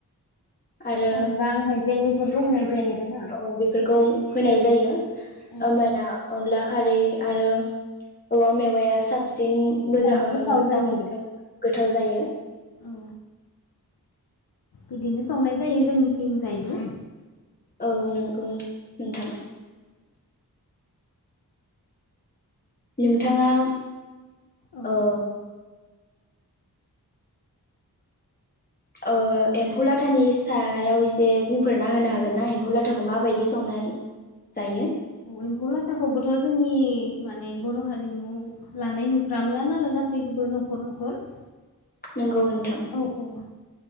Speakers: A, on the left; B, on the left.
A: आरो
B: सामब्राम हाइजें बेफोरखौ
A: <inaudible>
B: होनाय जायो आरोना
A: औ बेफोरखौ होनाय जायो
B: औ
A: होमबाना
B: औ
A: अनला खारै आरो औवा मेवाया साब सिन मोजा
B: जानो
A: ओ
B: गोथाव
A: मोजां
B: जायो आरो
A: गोथाव जायो
B: औ बिदिनो संनाय जायो जोंनिखिं जायबो।
A: औ नंगौ। नोंथां नोंथाङा
B: औ
A: ओ ओ एम्फौ लाथानि सायाव एसे बुंफोरना होनो हागोनना एम्फौ लाथाखौ माबायदि संनानै जायो
B: एम्फु लाथा - खौबोथ' जोंनि माने बर' हारिमु लानाय नुफ्रामोआनो आरो गासैखौबो न'खर न'खर
A: नंगौ नोंथां।
B: औ औ।